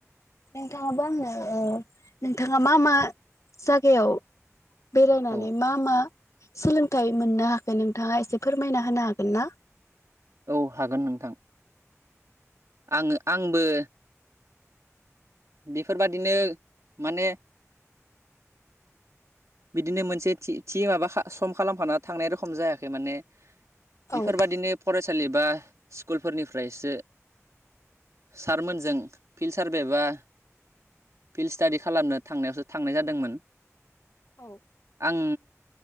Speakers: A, on the left; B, on the right.
A: नोंथाङाबो आंनो नोंथाङा मा-मा जागायाव बेरायनानै
B: औ
A: मा मा सोलोंथाइ मोननो हाखो नोंथाङा एसे फोरमायना होनो हागोन ना?
B: औ हागोन नोंथां। आङो आंबो बेफोरबादिनो माने बिदिनो मोनसे थि थि माबाखा सम खालामखाना थांनाय रोखम जायाखै माने।
A: औ
B: बेफोरबायदिनो फरायस सालि बा स्कुलफोरनिफ्रायसो सारमोनजों फिल्ड सारभे बा फिल्ड स्टाडि खालामनो थांनायावसो थांनाय जादोंमोन।
A: औ
B: आं